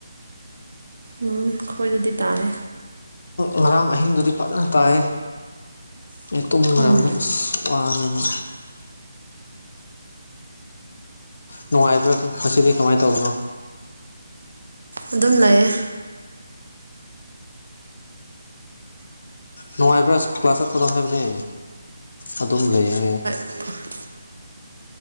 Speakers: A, on the right (about 70°); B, on the left (about 50°).
A: ꯎꯝ ꯈꯣꯏꯗꯗꯤ ꯇꯥꯌꯦ
B: ꯉꯔꯥꯡ ꯑꯍꯤꯡꯗꯨꯗꯤ ꯐꯖꯅ ꯇꯥꯏꯌꯦ ꯑ ꯇꯨꯝꯈ꯭ꯔꯕꯅꯤ
A: ꯎꯝ
B: ꯑꯁ ꯋꯥꯗꯅ ꯅꯨꯡꯉꯥꯏꯕ꯭ꯔꯥ ꯉꯁꯤꯗꯤ ꯀꯃꯥꯏꯅ ꯇꯧꯕꯅꯣ
A: ꯑꯗꯨꯝ ꯂꯩꯌꯦ
B: ꯅꯨꯡꯉꯥꯏꯕ꯭ꯔꯥ ꯀ꯭ꯂꯥꯁ ꯆꯠꯄꯗꯣ ꯍꯥꯏꯕꯅꯦ ꯑꯗꯨꯝ ꯂꯩ ꯍꯥꯏꯌꯦ
A: <unintelligible>